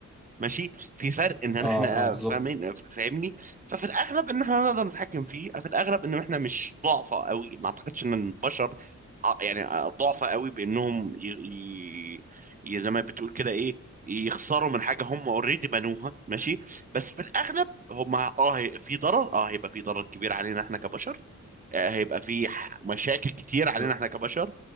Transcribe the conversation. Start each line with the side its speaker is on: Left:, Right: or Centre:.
Right: ماشي في فرق ان
Centre: اه
Right: احنا
Centre: اه بالظبط
Right: فاهمين فاهمني ففي الاغلب ان احنا نقدر نتحكم فيه في الاغلب ان احنا مش ضعفة قوي ما اعتقدش ان البشر ع- يعني آه، ضعفة قوي بانهم ي... ي... ي- زي ما بتقول كده ايه يخسروا من حاجة هم اوريدي بنوها ماشي بس في الاغلب هم اه هي- في ضرر اه هيبقى في ضرر كبير علينا احنا كبشر آه، هيبقى في ح- مشاكل كتير
Centre: ايوه
Right: علينا احنا كبشر